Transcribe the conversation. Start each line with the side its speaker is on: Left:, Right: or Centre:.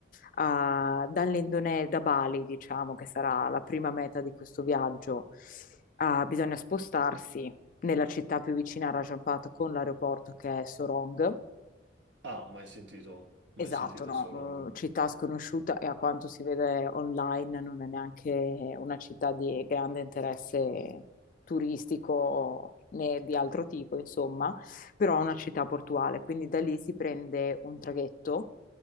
Left: Ah, dall'Indonesia, da Bali, diciamo, che sarà la prima meta di questo viaggio, ah, bisogna spostarsi nella città più vicina a Rajampata con l'aeroporto che è Sorong
Right: Ah, mai sentito,
Left: Esatto,
Right: mai sentito
Left: no,
Right: Sorong.
Left: eh, città sconosciuta e a quanto si vede online non è neanche una città di grande interesse turistico né di altro tipo, insomma, però è una città portuale, quindi da lì si prende un traghetto